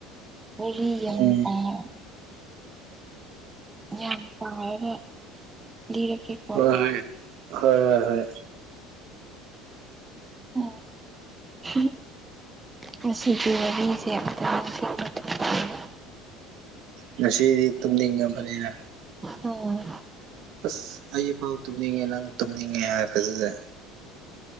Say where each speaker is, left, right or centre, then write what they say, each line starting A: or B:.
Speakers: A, on the right; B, on the right.
A: ꯋꯥꯔꯤ ꯌꯥꯝ
B: ꯎꯝ
A: ꯄꯥꯝꯃꯦ ꯌꯥꯝ ꯄꯥꯔꯒ ꯂꯤꯔꯛꯀꯦꯀꯣ
B: ꯍꯣꯏ ꯍꫭꯠ ꯍꯣꯏ ꯍꯣꯏ ꯍꯣꯏ
A: ꯎꯝ <unintelligible> ꯉꯁꯤꯗꯤ ꯋꯥꯔꯤꯁꯦ ꯑꯃꯇꯥ ꯅꯤꯡꯁꯤꯡꯕ ꯊꫭꯛꯇꯔꯦꯕ
B: ꯉꯁꯤꯗꯤ ꯇꯨꯝꯅꯤꯡꯉꯕꯅꯤꯅ
A: ꯎꯝ
B: ꯇꯥꯁ ꯑꯩꯐꯥꯎ ꯇꯨꯝꯅꯤꯡꯉꯦ ꯅꯪ ꯇꯨꯝꯅꯤꯡꯉꯦ ꯍꯥꯏꯔꯄꯗꯨꯗꯥ